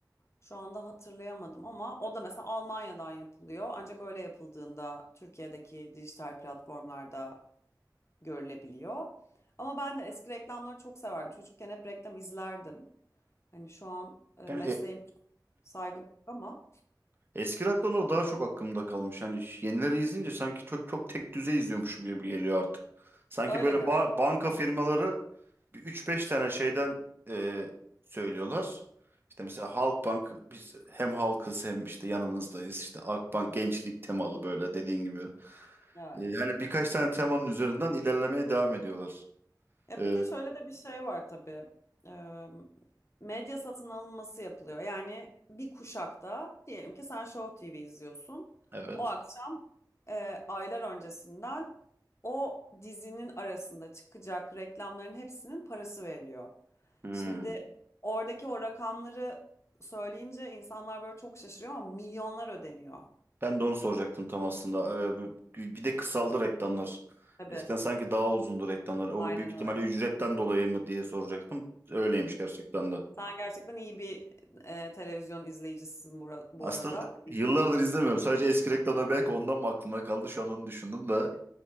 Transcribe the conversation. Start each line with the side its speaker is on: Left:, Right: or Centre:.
Left: Şu anda hatırlayamadım ama o da mesela Almanya'dan yapılıyor. Ancak öyle yapıldığında Türkiye'deki dijital platformlarda görülebiliyor. Ama ben de eski reklamları çok severdim. Çocukken hep reklam izlerdim. Hani şu an e,
Right: Yani
Left: mesleğim
Right: e-
Left: saygım yok ama
Right: Eski rock konuları daha çok aklımda kalmış. Hani yenileri izleyince sanki çok çok tek düze izliyormuşum gibi geliyor artık. Sanki
Left: öyle
Right: böyle
Left: gerçekten.
Right: ba- banka firmaları bir 3-5 tane şeyden e, söylüyorlar. İşte mesela Halkbank biz hem halkız hem işte yanınızdayız. İşte Akbank
Left: Hı hı.
Right: gençlik temalı böyle dediğin gibi.
Left: Evet.
Right: E, hani birkaç tane temanın üzerinden ilerlemeye devam ediyorlar.
Left: Ya
Right: E,
Left: bir de şöyle de bir şey var tabii. Ee, medya satın alınması yapılıyor. Yani bir kuşakta diyelim ki sen Show TV izliyorsun.
Right: evet.
Left: O akşam e, aylar öncesinden o dizinin arasında çıkacak reklamların hepsinin parası veriliyor.
Right: Hmm.
Left: Şimdi oradaki o rakamları söyleyince insanlar böyle çok şaşırıyor ama milyonlar ödeniyor.
Right: Ben de onu soracaktım tam aslında. Ee, bir bir de kısaldı reklamlar.
Left: Tabii.
Right: Eskiden sanki daha uzundu reklamlar. O
Left: Aynen
Right: büyük ihtimalle
Left: öyle.
Right: ücretten dolayı mı diye soracaktım. Öyleymiş gerçekten de.
Left: Sen gerçekten iyi bir e, televizyon izleyicisisin bura- bu
Right: Aslında
Left: arada.
Right: yıllardır izlemiyorum. Sadece eski reklamda belki ondan mı aklımda kaldı. Şu an onu düşündüm de.